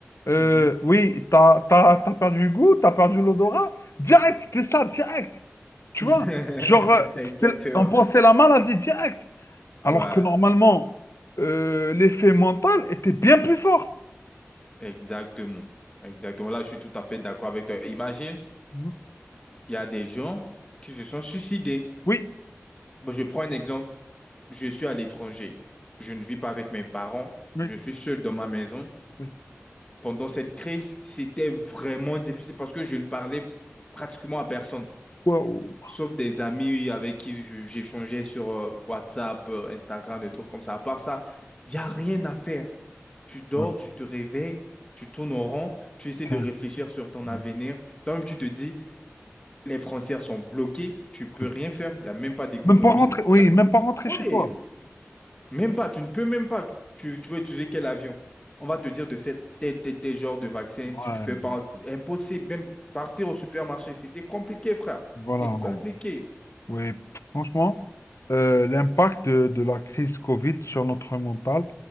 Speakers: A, on the left; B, on the left.
A: euh,
B: Mhm.
A: oui, t'as, t'as, t'as perdu le goût, t'as perdu l'odorat. Direct, c'était ça, direct. Tu
B: <laughs>
A: vois? Genre, euh,
B: Exactement.
A: c'était- on pensait la maladie direct. Alors
B: Ouais,
A: que normalement, euh, l'effet mental était bien plus fort.
B: exactement. Exactement. Là, je suis tout à fait d'accord avec toi. Imagine,
A: Mhm.
B: il y a des gens qui se sont suicidés.
A: Oui,
B: Bon, je prends un exemple. Je suis à l'étranger. Je ne vis pas avec mes parents.
A: oui,
B: Je suis seul dans ma maison.
A: oui.
B: Pendant cette crise, c'était vraiment difficile parce que je ne parlais pratiquement à personne,
A: Waouh.
B: sauf des amis avec qui je- j'échangeais sur euh, WhatsApp, euh, Instagram, des trucs comme ça. À part ça, il n'y a rien à faire. Tu dors,
A: Ouais,
B: tu te réveilles, tu tournes en rond, tu essaies
A: putain,
B: de réfléchir sur ton
A: ouais,
B: avenir. Toi-même, tu te dis, les frontières sont bloquées, tu peux
A: oui.
B: rien faire, il n'y a même pas d'économie.
A: Même pas rentrer, oui,
B: il Y a...
A: même pas rentrer
B: Oui,
A: chez toi.
B: même pas, tu ne peux même pas. Tu, tu veux utiliser quel avion? On va te dire de faire tel, tel, tel genre de vaccin.
A: Ouais,
B: Si tu fais pas, impossible, même partir au supermarché, c'était compliqué, frère.
A: voilà.
B: C'était
A: ouais.
B: compliqué.
A: Oui, franchement, euh, l'impact de, de la crise Covid sur notre mental,